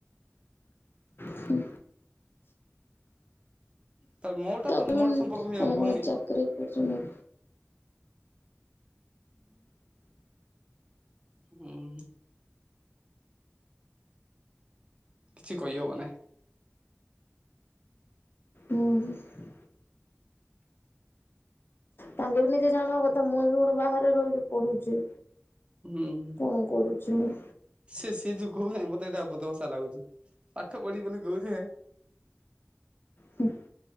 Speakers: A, on the left; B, on the right.
A: ହୁଁ
B: ତ ମୋଟା
A: ତା
B: ତ
A: ପରେ
B: ମୋଟା
A: ବି
B: ସମ୍ପର୍କ ହେଇଯାଉଛି
A: ଆମେ
B: ଭଉଣୀ
A: କଣ ଚାକିରୀ କରୁଛନ୍ତି।
B: ଉଁ ହୁଁ। ଛି କହିହବ ନାହିଁ।
A: ଉଁ ହୁଁ। ତାଙ୍କେ ବି ନିଜେ ଜାଣିବା କଥା ମୁଁ ଏବେ ଗୋଟେ ବାହାରେ ରହିକି ପଢୁଛି।
B: ହୁଁ ହୁଁ।
A: କଣ କରୁଛ ଏବେ?
B: ସେ ସିଏ ଯୋଉ କହୁନାହିଁ ମତେ ଏଇଟା ବୋହୁତ ହସା ଲାଗୁଛି। ପାଠ ପଢି ବୋଲି କହୁଥିବେ
A: ହୁଁ।